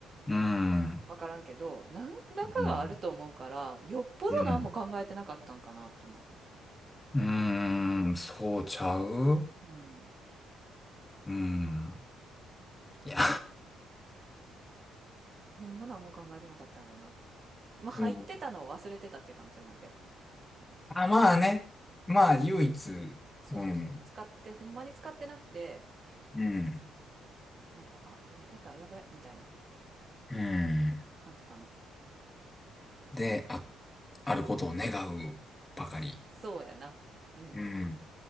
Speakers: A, on the left (about 20°); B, on the right (about 35°).
A: うん。
B: わからんけど、何らかはあると思うから、
A: うん。
B: よっぽど何も考えてなかったんかなって思
A: うん。うんうんそうちゃう
B: う。うん。
A: うん。
B: なんか、
A: いや。
B: ほんま何も考えてなかったんやろうな。まあ、入ってたのを忘れてたっていう可能性もあるけど。
A: うん。あ、まあね。まあ、唯一。
B: そうそうそう。
A: うん。
B: 使って、ほんまに使ってなくて、
A: うん。
B: なんか、あ、入れてた、やばい、みたいな
A: うん。
B: 感じかな。
A: で、あ、あることを願うばかり。
B: そうやな。うん。
A: うん。